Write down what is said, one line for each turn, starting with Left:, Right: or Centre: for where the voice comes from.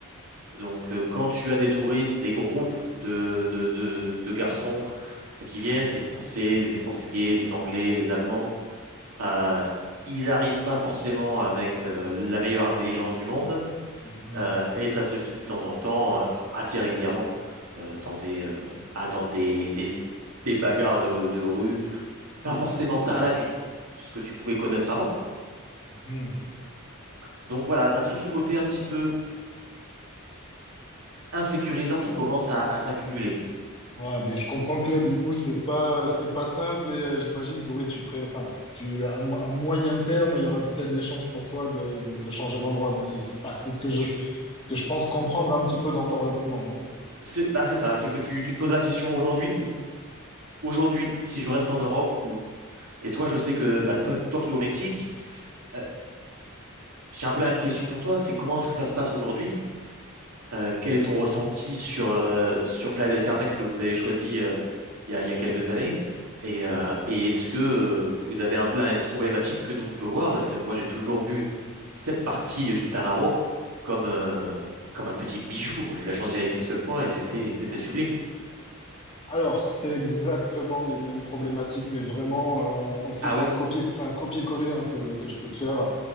Right: Donc euh, quand tu as des touristes, des groupes de, de, de, de garçons euh, qui viennent, des Français, des Portugais, des Anglais, des Allemands, Euh, ils n'arrivent pas forcément avec euh, la meilleure intelligence du monde,
Left: Mhm.
Right: euh, et ça se finit de temps en temps, euh, enfin, assez régulièrement, euh, dans des, euh, ah, dans des, des, des bagarres de, de rue, pas forcément tard la nuit, ce que tu pouvais connaître avant.
Left: Mhm.
Right: Donc voilà, tu as tout ce côté un petit peu insécurisant qui commence à, à s'accumuler.
Left: Ouais, mais je comprends que là, du coup, c'est pas, c'est pas simple et euh, j'imagine que oui, tu pré, enfin, tu, à, mo- à moyen terme, il y aura peut-être des chances pour toi de, de, de changer d'endroit. Non, c'est, enfin, c'est ce que je,
Right: Tu-
Left: que je pense comprendre un petit peu dans ton raisonnement, non?
Right: C'est bah, c'est ça, c'est que tu, tu te poses la question aujourd'hui où? Aujourd'hui, si je reste en Europe, où? Et toi, je sais que bah, toi, toi qui es au Mexique, euh, j'ai un peu la même question pour toi, c'est comment est-ce que ça se passe aujourd'hui? Euh, quel est ton ressenti sur, euh, sur Playa del Carmen que vous avez choisi euh, il y a, il y a quelques années? Et, euh, et est-ce que euh, vous avez un peu la même problématique que nous on peut voir? Parce que moi j'ai toujours vu cette partie de Quintana Roo comme, euh, comme un petit bijou. Moi j'ai eu la chance d'y aller qu'une seule fois et c'était c'était sublime.
Left: Alors, c'est exactement les mêmes problématiques, mais vraiment, euh, on, on- c'est
Right: Ah
Left: c'est
Right: ouais?
Left: un copier, c'est un copier-coller hein, que, que je peux te faire.